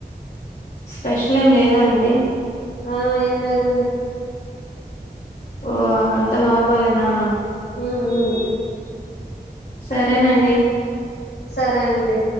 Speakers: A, on the left; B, on the left.
A: స్పెషల్ ఏం లేదా అండి.
B: ఆ ఏం లేదండి.
A: ఓ అంత నార్మలేనా
B: ఆ ఆ
A: సరేనండి.
B: సరే అండి.